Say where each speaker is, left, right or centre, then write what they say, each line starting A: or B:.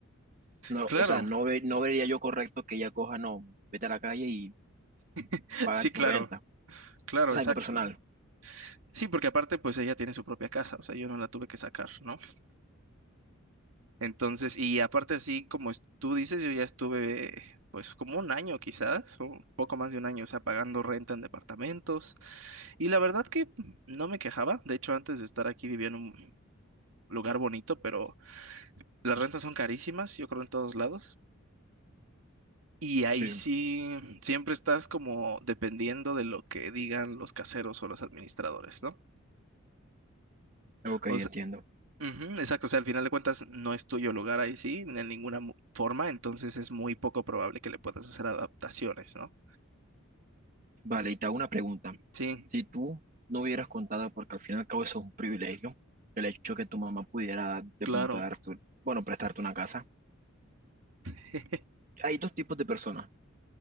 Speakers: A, on the right; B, on the right.
A: No,
B: Claro,
A: o sea, no, ve- no vería yo correcto que ella coja, no, vete a la calle y
B: <laughs>
A: paga
B: sí, claro,
A: tu renta.
B: claro,
A: O
B: exacto.
A: sea, en lo personal.
B: Sí, porque aparte, pues ella tiene su propia casa, o sea, yo no la tuve que sacar, ¿no? Entonces, y aparte así como es- tú dices, yo ya estuve pues como un año quizás, o un poco más de un año, o sea, pagando renta en departamentos. Y la verdad que no me quejaba. De hecho, antes de estar aquí vivía en un lugar bonito, pero las rentas son carísimas, yo creo en todos lados. Y ahí
A: Sí.
B: sí, siempre estás como dependiendo de lo que digan los caseros o los administradores, ¿no?
A: Ok,
B: O
A: entiendo.
B: sea, Ujú, exacto, o sea, al final de cuentas no es tuyo el lugar ahí sí, de ninguna mu- forma, entonces es muy poco probable que le puedas hacer adaptaciones, ¿no?
A: Vale, y te hago una pregunta.
B: Sí,
A: Si tú no hubieras contado, porque al fin y al cabo eso es un privilegio, el hecho que tu mamá pudiera de
B: claro.
A: pronto darte, bueno, prestarte una casa.
B: <laughs>
A: Hay dos tipos de personas.